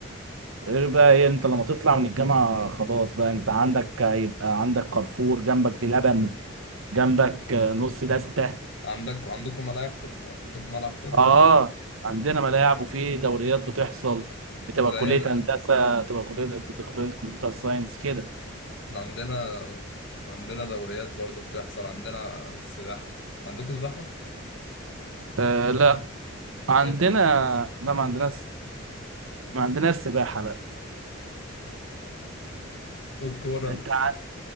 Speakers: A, on the right (about 80°); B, on the left (about 60°).
A: غير بقى ايه انت لما تطلع من الجامعة خلاص بقى انت عندك هيبقى عندك كارفور جنبك بلبن جنبك آه، نص دستة
B: عندك عندكم ملاعب في ال... عندكم ملعب كورة
A: اه
B: ولا لا؟
A: عندنا
B: لا.
A: ملاعب وفي دوريات بتحصل بتبقى
B: زينا
A: كلية هندسة
B: يعني.
A: بتبقى كلية بتبقى كلية كمبيوتر ساينس كده
B: احنا عندنا احنا عندنا دوريات برضو بتحصل عندنا سباحة عندكم سباحة؟
A: آه لا عندنا
B: ابلع
A: لا ما عندناش ما عندناش سباحة لا
B: والكورة
A: انت ع...